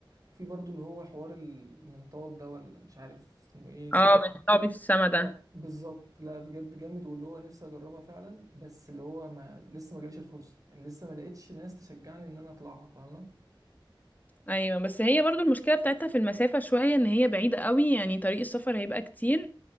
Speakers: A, on the right; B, on the left.
A: وفي برضو اللي هو حوار المنطاد ده ولا مش عارف اسمه ايه
B: اه مش صعب في السما
A: اه
B: ده
A: بالظبط لا بجد جامد واللي هو نفسي اجربها فعلا بس اللي هو ما لسه ما جاليش الفرصه يعني لسه ما لقيتش ناس تشجعني ان انا اطلعها فاهمه
B: ايوه بس هي برضو المشكله بتاعتها في المسافه شويه ان هي بعيده قوي يعني طريق السفر هيبقى كتير